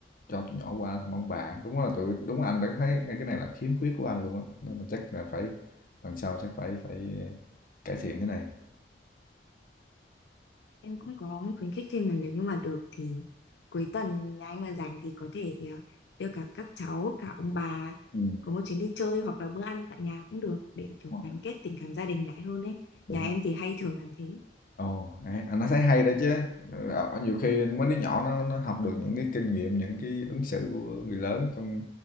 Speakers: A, on the left; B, on the left.
A: cho tụi nhỏ qua thăm ông bà. Đúng là tụi đúng là anh đã thấy ngay cái này là khiếm khuyết của anh luôn á. Nên là chắc là phải lần sau chắc phải phải cải thiện cái này.
B: Em cũng có khuyến khích thêm là nếu như mà được thì cuối tuần nhà anh mà rảnh thì có thể ờ, đưa cả các cháu cả ông bà
A: Ừ,
B: có một chuyến đi chơi hoặc là bữa ăn tại nhà cũng được để kiểu
A: đúng
B: gắn
A: rồi.
B: kết tình cảm gia đình lại hơn ấy.
A: Đúng
B: Nhà em thì hay thường làm thế.
A: Ồ, hay, à, nó thấy hay đó chứ. Ờ, ờ, nhiều khi mấy đứa nhỏ nó nó học được những cái kinh nghiệm, những cái ứng xử của người lớn trong